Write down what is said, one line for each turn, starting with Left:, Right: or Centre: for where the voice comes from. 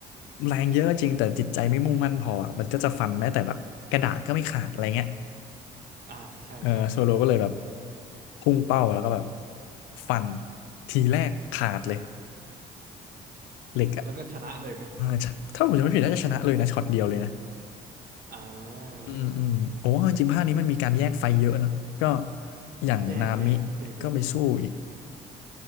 Left: แรงเยอะก็จริงแต่จิตใจไม่มุ่งมั่นพออ่ะมันก็จะฟันแม้แต่แบบกระดาษก็ไม่ขาดอะไรเงี้ย
Right: อ่าใช่ใช่
Left: เออโซโลก็เลยแบบพุ่งเป้าแล้วก็แบบฟันทีแรกขาดเลยเหล็กอ่ะ
Right: แล้วก็ชนะเลยไหม
Left: เออถ้าผมจำไม่ผิดน่าจะชนะเลยนะช็อตเดียวเลยนะ
Right: อ่า
Left: อืมอืมโอ้จริงๆภาคนี้มันมีการแยกไฟเยอะเนอะก็อย่างนามิก็ไปสู้อีก
Right: แยกแยกแยกเยอะ